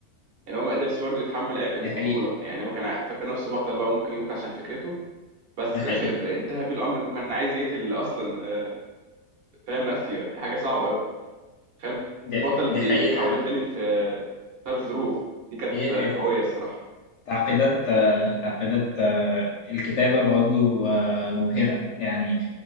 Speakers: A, on the right; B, on the left.
A: يعني هو ما قدرش برضه يتحمل عبء البطوله
B: دي حقيقه
A: يعني هو كان عا- فاكر نفسه بطل بقى وممكن يموت عشان فكرته بس
B: دي حقيقه
A: في الاخر انتهى بيه الامر انه كان عايز يقتل اصلا آه، فاهم ماثيو يعني حاجه صعبه قوي تخيل
B: دي,
A: بطل
B: دي
A: بي-
B: حقيقه
A: بيتحول لفيلن في بسبب الظروف دي كانت
B: هي
A: آه،
B: الت-
A: قويه الصراحه
B: تعقيدات آه، تعقيدات آه، الكتابه برضه آه، مبهره يعني